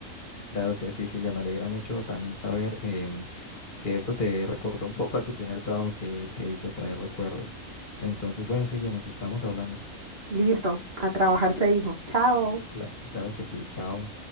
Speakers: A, on the left (about 35°); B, on the right (about 45°).
A: Claro que sí, Silvia, me alegra mucho también saber em, que esto te recordó un poco a tu primer trabajo que te hizo traer recuerdos. Entonces, bueno, Silvia, nos estamos hablando.
B: Listo, a trabajar se dijo. Chao.
A: Cla- claro que sí, chao.